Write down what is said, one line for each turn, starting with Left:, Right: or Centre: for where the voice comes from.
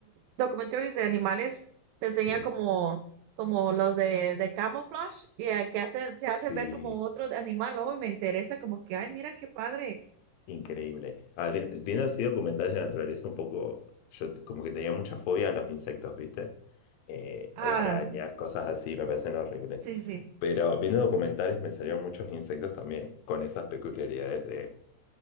Right: documentarios de animales, se
Left: sí,
Right: enseña como, como los de, de camouflage, y eh, que hacen, se
Left: sí.
Right: hace ver como otro animal, luego me interesa como que, ay, mira qué padre.
Left: Increíble. Ah, vi- viendo así documentales de naturaleza, un poco, yo t- como que tenía mucha fobia a los insectos, ¿viste? Eh,
Right: Ah,
Left: o arañas, cosas así, me parecen horribles.
Right: sí, sí.
Left: Pero viendo documentales me salieron muchos insectos también, con esas peculiaridades de